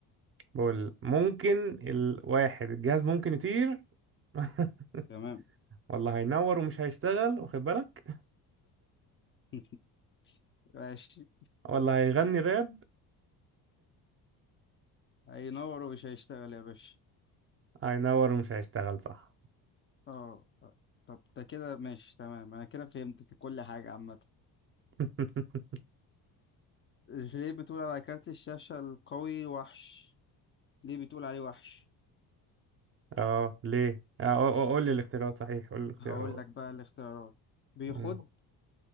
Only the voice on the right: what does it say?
بقول ممكن الواحد الجهاز ممكن يطير <laughs>
ولا هينور ومش هيشتغل واخد بالك
ولا هيغني راب
هينور ومش هيشتغل صح
<laughs>
اه ليه آه، قول لي الاختيارات صحيح قول لي الاختيارات
مم.